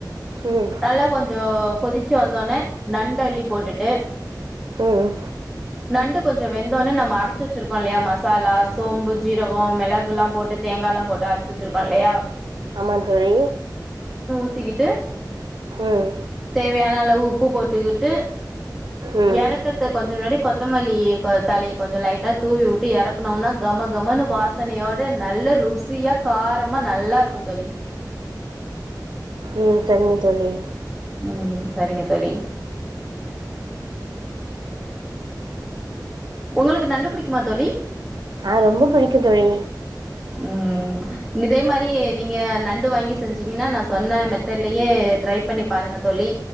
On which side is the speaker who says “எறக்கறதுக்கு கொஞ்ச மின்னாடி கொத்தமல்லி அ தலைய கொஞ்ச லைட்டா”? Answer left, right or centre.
Centre